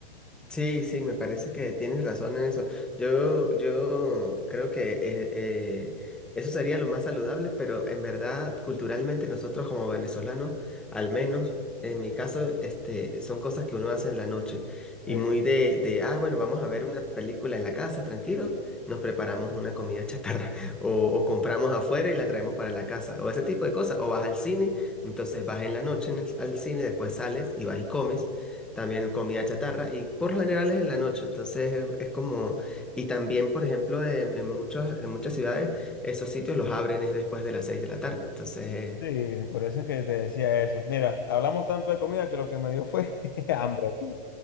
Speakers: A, in the centre; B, on the left.
A: Sí, sí, me parece que tienes razón en eso. Yo, yo creo que eh, eh, eso sería lo más saludable, pero en verdad, culturalmente nosotros como venezolanos, al menos en mi caso, este, son cosas que uno hace en la noche
B: Sí.
A: y muy de, de, ah, bueno, vamos a ver una película en la casa, tranquilo, nos preparamos una comida chatarra <laughs> o, o compramos afuera y la traemos para la casa o ese tipo de cosas, o vas al cine, entonces vas en la noche en el- al cine, después sales y vas y comes. También comida chatarra y por lo general es en la noche, entonces es, es como, y también por ejemplo en, en muchas, en muchas ciudades esos sitios los abren es después de las 6 de la tarde, entonces eh,
B: Sí, por eso es que te decía eso. Mira, hablamos tanto de comida que lo que me dio fue <laughs> hambre aquí.